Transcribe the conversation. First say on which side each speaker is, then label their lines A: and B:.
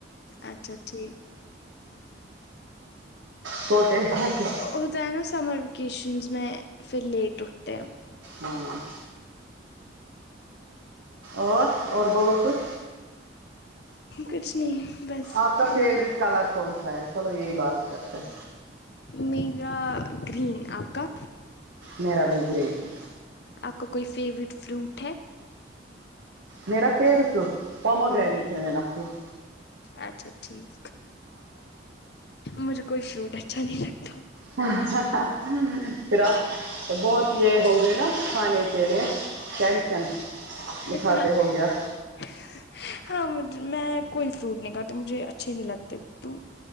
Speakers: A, on the left; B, on the right.
A: اچھا ٹھیک
B: سوتے رہتے
A: ہوتا ہے نا سمر ویکیشنز میں پھر لیٹ اٹھتے ہیں
B: ہاں اور اور بولو کچھ
A: کچھ نہیں بس
B: آپ کا فیورٹ
A: میں
B: کلر کون سا ہے چلو یہی بات کرتے ہیں
A: میرا گرین آپ کا
B: میرا بھی گرین ہے
A: آپ کا کوئی فیوریٹ فروٹ ہے
B: میرا فیوریٹ فروٹ پومگرانیٹ
A: ہوں
B: ہے میرا فروٹ
A: اچھا ٹھیک مجھے کوئی شوٹ اچھا نہیں لگتا
B: پھر آپ بہت یہ ہوگے نا کھانے کے لیے ٹینشن اٹھاتے
A: ایک بنانا
B: ہو گیا
A: ہاں میں د میں کوئی فروٹ نہیں کھاتے مجھے اچھے نہیں لگتے فروٹ